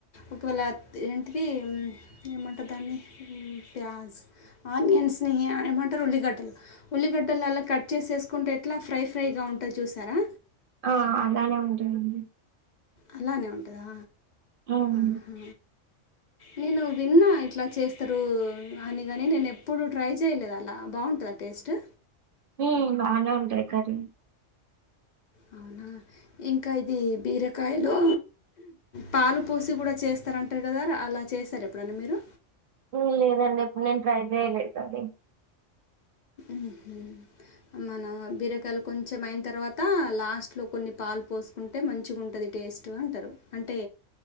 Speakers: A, on the left; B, on the right.
A: ఒకవేళ ఏంటిది ఏమంటరు దాన్ని గ్యాస్ ఆనియన్స్ని అ ఎమంటారు ఉల్లిగడ్డళ్ళు ఉల్లిగడ్డలు అలా కట్ చేసేసుకుంటే ఎట్లా ఫ్రై ఫ్రైగా ఉంటది చూసారా
B: ఆ అలానే ఉంటుంది
A: అలానే ఉంటదా
B: మ్మ్
A: ఆహా నేను విన్నా ఇట్లా చేస్తరూ అని కాని నేను ఎప్పుడు ట్రై చేయలేదు అలా బావుంటద టేస్టు
B: మ్ బానే ఉంటాయ్ కర్రీ
A: అవునా ఇంకా ఇది బీర కాయలో పాలు పోసి కూడా చేస్తారంటారు కదా అలా చేసార ఎప్పుడన్న మీరు
B: మ్ లేదండి ఇప్పుడు నేను ట్రై చేయలేదది
A: మ్ హు మన బీరకాయలు కొంచెం అయిన తర్వాత లాస్ట్లో కొన్ని పాలు పోసి ఉంటే మంచిగా ఉంటది టేస్ట్ ట్టూ ఉంటరు అంటే